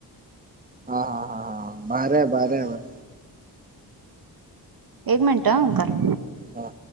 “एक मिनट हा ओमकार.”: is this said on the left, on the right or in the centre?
Right